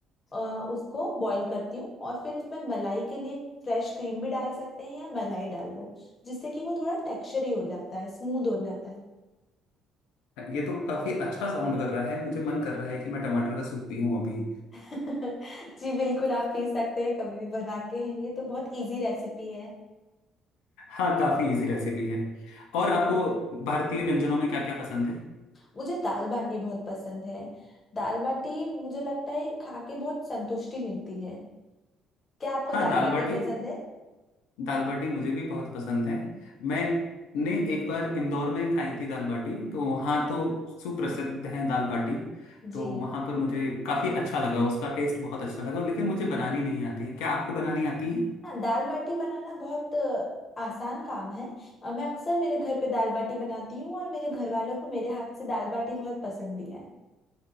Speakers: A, on the left; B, on the left.
A: अ, उसको बॉईल करती हूँ और फिर उसमें मलाई के लिए फ्रेश क्रीम भी डाल सकते हैं या मलाई डाल दो जिससे कि वो थोड़ा टेक्सचर ही हो जाता है स्मूथ हो जाता है
B: ये तो काफी अच्छा साउंड कर रहा है मुझे मन कर रहा है कि मैं टमाटर का सूप पीऊं अभी
A: <laughs> जी बिल्कुल आप पी सकते हैं कभी भी बना के ये तो बहुत इजी रेसिपी है
B: हाँ काफी इजी रेसिपी है और आपको भारतीय व्यंजनों में क्या क्या पसंद है
A: मुझे दाल बाटी बहुत पसंद है दाल बाटी मुझे लगता है खा के बहुत संतुष्टि मिलती है क्या आपको
B: हाँ
A: दाल
B: दाल
A: बाटी
B: बाटी
A: पसंद है
B: दाल बाटी मुझे भी बहुत पसंद है मैंने एक बार इंदौर में खाई थी दाल बाटी तो वहाँ तो सुप्रसिद्ध है दाल बाटी तो
A: जी
B: वहाँ पर मुझे काफ़ी अच्छा लगा उसका टेस्ट बहुत अच्छा लगा लेकिन मुझे बनानी नहीं आती है क्या आपको बनानी आती है
A: हाँ दाल बाटी बनाना बहुत अ, आसान काम है अ, मैं अक्सर मेरे घर पे दाल बाटी बनाती हूँ और मेरे घर वालों को मेरे हाथ से दाल बाटी बहुत पसंद भी है